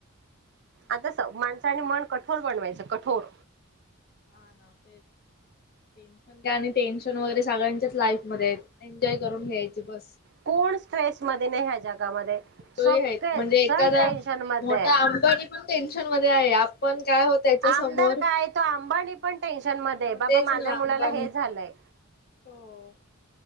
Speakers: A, on the right (about 55°); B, on the left (about 45°).
A: आता स माणसाने मन कठोर बनवायचं कठोर
B: हा ना तेच टेन्शन काणी टेन्शन वगैरे सगळ्यांच्याच लाईफ मध्ये एन्जॉय करून घ्यायचे बस.
A: कोण स्ट्रेस मध्ये नाही ह्या जगामध्ये
B: सग
A: सगळे
B: आहेत म्हणजे एखाद्या
A: जण टेन्शन मध्ये
B: मोठा आ कनी पण टेन्शन मध्ये आहे आपण काय हो त्याच्या
A: आमदार
B: समोर
A: काय तो आ अंबानी पण टेन्शन
B: हा
A: मध्ये
B: मग
A: बाबा
B: तेच
A: माझ्या
B: ना
A: मुलाला
B: अंबानी
A: हे झालंय
B: हो